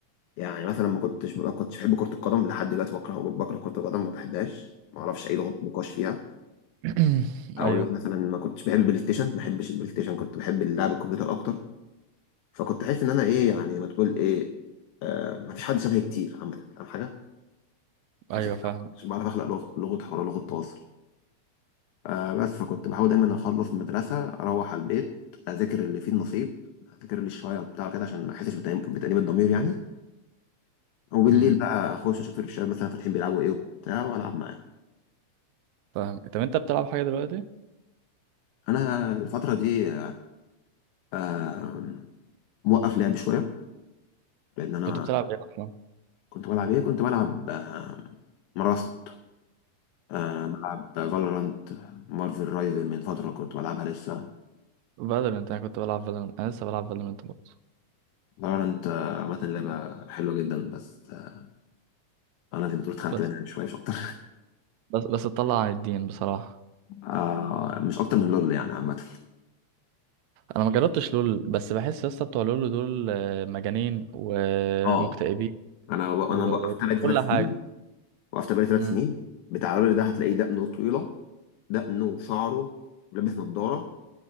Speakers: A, on the left; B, on the right.
A: يعني مثلا ما كنتش ما كنتش بحب كره القدم لحد دلوقتي بكره بكره كره القدم ما بحبهاش ما اعرفش اي لغه نقاش فيها
B: <clears throat>
A: اقول
B: ايوه
A: لك مثلا ما كنتش بحب البلاي ستيشن ما بحبش البلاي ستيشن كنت بحب اللعب الكمبيوتر اكتر فكنت احس ان انا ايه يعني ما تقول ايه ما فيش حد شبهي كتير عامه فاهم حاجه فعشان
B: ايوه
A: كده
B: فاهم
A: ما كنتش بعرف اخلق لغه لغه حوار لغه تواصل آه بس فكنت بحاول دايما اخلص من المدرسه اروح على البيت اذاكر اللي فيه النصيب اذاكر اللي شويه وبتاع كده عشان ما احسش بتأنيب بتأنيب الضمير يعني وبالليل
B: امم
A: بقى اخش اشوف الشباب مثلا فاتحين بيلعبوا ايه وبتاع والعب معاهم
B: فاهم طب انت بتلعب حاجه دلوقتي
A: انا الفتره دي آه آه، موقف لعب شويه لان انا
B: كنت بتلعب ايه اصلا
A: كنت بلعب ايه كنت بلعب آه مراست آه بلعب فالورانت مارفل رايفل من فتره كنت بلعبها لسه
B: فالورنت انا كنت بلعب فالورنت انا لسه بلعب فالورنت برضه
A: فالورانت عامه لعبه حلوه جدا بس آه انا زي ما بتقول اتخنقت
B: بس
A: منها شويه مش أكتر.
B: بس بس اتطلع عن الدين بصراحة
A: آه مش اكتر من لول يعني عامه
B: انا ما جربتش لول بس بحس يا اسطى بتوع لول دول آه، مجانين ومكتئبين
A: اه انا و...
B: و-
A: انا وقفت بقالي
B: وكل
A: ثلاث
B: حاجة
A: سنين وقفت بقالي ثلاث
B: مم.
A: سنين بتاع لول ده هتلاقيه دقنه طويله دقنه وشعره ولابس نظاره